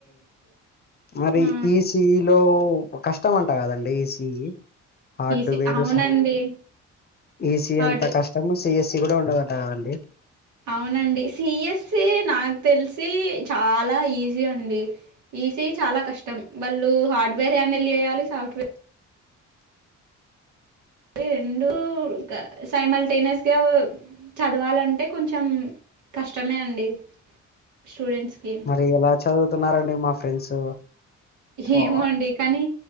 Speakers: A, on the left; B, on the right.
A: మరి
B: ఆ
A: ఈస్ట్ ఈలో కష్టం అంట కదండి ఈసిఈ హార్డ్
B: ఈసి
A: వేరు
B: అవునండి
A: ఈసి
B: హార్డ్
A: అంత కష్ట మీ సిఎస్సి కూడా ఉండదట కదండి
B: అవునండి సిఎస్సి నాకు తెలిసి చాలా ఈజీ అండి ఈ ఈ చాలా కష్టం ఆ వాళ్ళు హార్డ్వేర్ హ్యాండిల్ చేయాలి సాఫ్ట్వేర్ ఈ రెండు సైమల్ టెనస్ గా చదవాలంటే కొంచెం కష్టమే అండి స్టూడెంట్స్ కి
A: మరి ఎలా చదువుతున్నారండి మా ఫ్రెండ్స్
B: ఏమో
A: ఓ
B: అండి కానీ